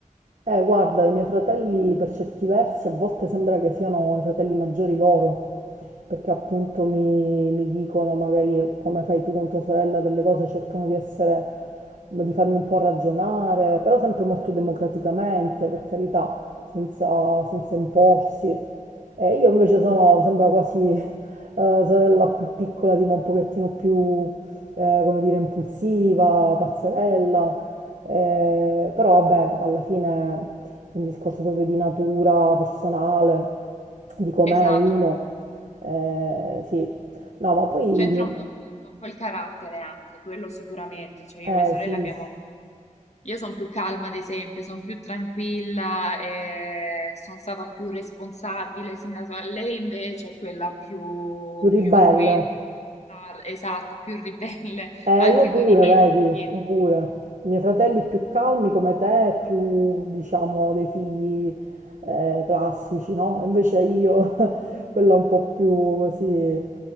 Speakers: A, on the right; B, on the left.
A: Eh, guarda, i miei fratelli per certi versi a volte sembra che siano i fratelli maggiori loro, perché appunto mi, mi dicono magari eh, come fai tu con tua sorella delle cose, cercano di essere, di farmi un po' ragionare, però sempre molto democraticamente, per carità, senza, senza imporsi. E io invece sono, sembra quasi eh, sorella più piccola, tipo un pochettino più eh, come dire, impulsiva, pazzerella, eh, però vabbè, alla fine è un discorso proprio di natura personale, di com'è
B: Esatto,
A: uno,
B: perché
A: eh, sì. No, ma poi,
B: C'entra un po' tutto, un po' il carattere anche, quello sicuramente. Cioè io
A: eh,
B: e mia sorella
A: sì,
B: abbiamo...
A: sì,
B: Io sono più calma, ad esempio, sono più tranquilla, e sono stata più responsabile sin da sola. Lei invece è quella più,
A: più ribelle,
B: più irruenta, più tar- esatto, più ribelle, <laughs>
A: Eh,
B: anche
A: io pure,
B: con i miei.
A: vedi,
B: per
A: io
B: dire.
A: pure. I miei fratelli più calmi come te, più, diciamo, dei figli eh, classici, no? Invece io, <laughs> quella un po' più così...